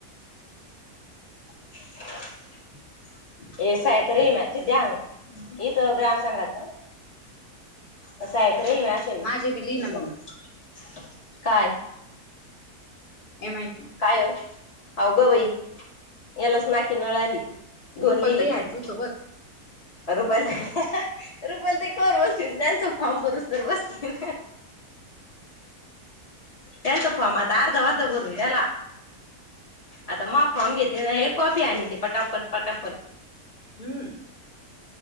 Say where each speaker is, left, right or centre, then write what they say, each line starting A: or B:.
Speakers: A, on the left (about 25°); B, on the left (about 80°).
A: <unintelligible> इ एस आई करेल म्या ते द्या आणून इथ ग्राम संघात असं ऐकलं म्या अश्या वेळी
B: माझे बी लिही ना मग
A: काय
B: एम आय पी
A: काय ओ आव ग बाई यालाच नाकी नळ आली. दोन
B: रुपल
A: लिहिले
B: तही आहे
A: पण
B: तुझसोबत
A: रुपाली ताई रुपाली ताई कवर बसतील त्यांचं फॉर्म भरूस तवर बसतील. त्यांचा फॉर्म आता अर्धा अर्धा भरून झाला. आता मा फॉर्म घेतील ना हे कॉपी आणि ते पटापट पटापट
B: हम.